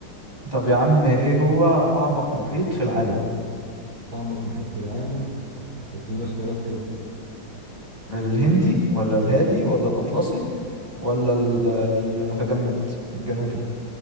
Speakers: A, on the right (about 15°); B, on the right (about 75°).
A: طب يا عم ايه هو اعمق محيط في العالم
B: أعمق محيط في العالم ما تديني اختيارات كده
A: الهندي ولا الهادي ولا الاطلسي ولا ال- المتجمد الجنوبي